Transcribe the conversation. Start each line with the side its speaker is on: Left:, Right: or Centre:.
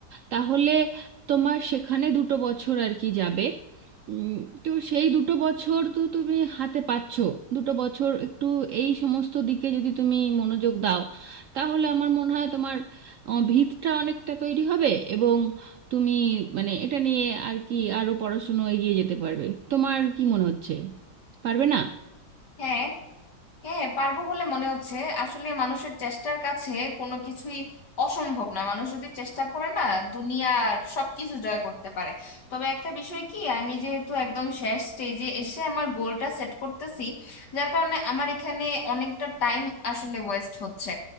Right: তাহলে তোমার সেখানে দুটো বছর আর কি যাবে উম, তো সেই দুটো বছর তো তুমি হাতে পাচ্ছো দুটো বছর একটু এই সমস্ত দিকে যদি তুমি মনোযোগ দাও তাহলে আমার মনে হয় তোমার আহ, ভিতটা অনেকটা তৈরি হবে এবং তুমি মানে এটা নিয়ে আর কি আরো পড়াশুনো এগিয়ে যেতে পারবে তোমার কি মনে হচ্ছে পারবে না
Left: হ্যাঁ হ্যাঁ পারবো বলে মনে হচ্ছে আসলে মানুষের চেষ্টার কাছে কোনো কিছুই অসম্ভব না মানুষ যদি চেষ্টা করে না দুনিয়ার সবকিছু জয় করতে পারে তবে একটা বিষয় কি আমি যেহেতু একদম শেষ স্টেজে এসে আমার গোলটা সেট করতেছি যার কারণে আমার এখানে অনেকটা টাইম আসলে ওয়েস্ট হচ্ছে